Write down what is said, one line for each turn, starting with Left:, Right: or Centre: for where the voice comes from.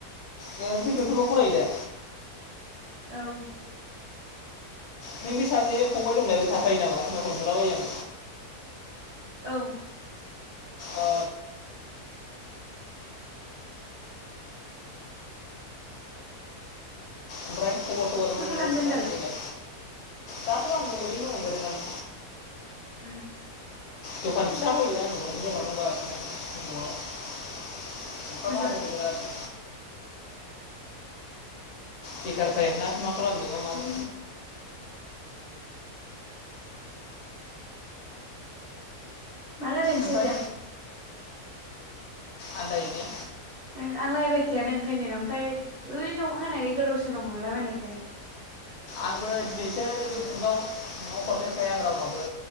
Left: नोंथ' बेंथलाव फरायो दा?
Right: औ
Left: नों बि सासे फंबाय दंनायजों थाफायो नामा? एखमबा लोगो मोनबोलाबायो आं।
Right: औ
Left: अ ओमफ्राय खबर-सबर माबोरै
Right: मा खालामदों
Left: दा सान्दिलाय?
Right: दालाय
Left: दाथ' आं ओरैनो दङ जिरायनानै।
Right: उम
Left: द'खान फिसा होयो ना आं न'आवनो <unintelligible> न'आव। अखाबो
Right: मोजां
Left: हादों बिराद बेखार थायोमोनना मा खालामनो मा मानो
Right: उम मा रायलायनोसो
Left: ओमफ्राय
Right: जाबाय आं
Left: आन्दायो ने?
Right: ओ आं रायलायखायानो ओंखायनो ओमफाय ओरैनो अखा हानायखाय गोदाव-सोराव मोनला बायनायखाय
Left: आंबो दिनैसो बे ग्रुपाव नङाबा हरफेरखाया आं रावनावबो।